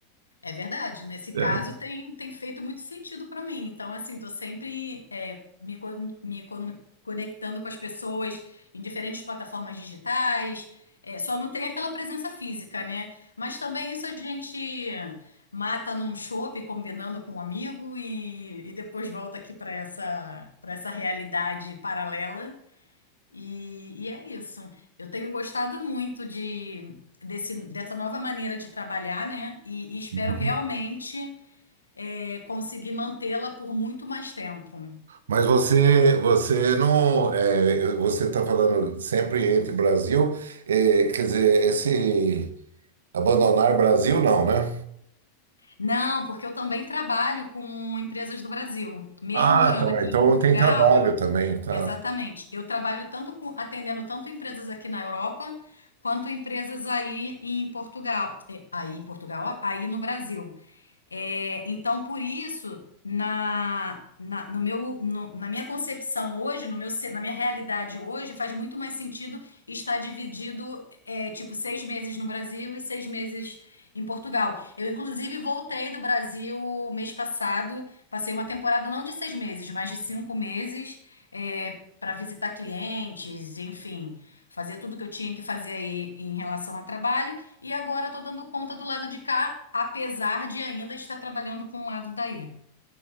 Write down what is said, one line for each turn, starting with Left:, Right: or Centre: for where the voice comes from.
Left: É verdade, nesse caso
Right: É.
Left: tem, tem feito muito sentido para mim. Então, assim, tô sempre é, me, co- me con- conectando com as pessoas em diferentes plataformas digitais. É, só não tem aquela presença física, né? Mas também isso a gente mata num chopp, combinando com um amigo, e, e depois volta aqui para essa, para essa realidade paralela. E, e é isso. Eu tenho gostado muito de desse, dessa nova maneira de trabalhar, né? E, e espero
Right: Uhum.
Left: realmente é, conseguir mantê-la por muito mais tempo.
Right: Mas você, você não, é, você está falando sempre entre Brasil, é, quer dizer, esse abandonar Brasil não, né?
Left: Não, porque eu também trabalho com empresas do Brasil. Mesmo
Right: Ah,
Left: morando
Right: tá.
Left: aqui
Right: Então
Left: em Portugal,
Right: tem trabalho também, tá?
Left: exatamente. Eu trabalho tanto com, atendendo tanto empresas aqui na Europa quanto empresas aí em Portugal, É, aí em Portugal, ó, aí no Brasil. É, então, por isso, na, na, no meu, no- na minha concepção hoje, no meu, ce- na minha realidade hoje, faz muito mais sentido estar dividido, é, tipo, seis meses no Brasil e seis meses em Portugal. Eu, inclusive, voltei do Brasil mês passado, passei uma temporada não de seis meses, mas de cinco meses, é, para visitar clientes, enfim, fazer tudo que eu tinha que fazer aí em relação a trabalho. E agora estou dando conta do lado de cá, apesar de ainda estar trabalhando com o lado daí.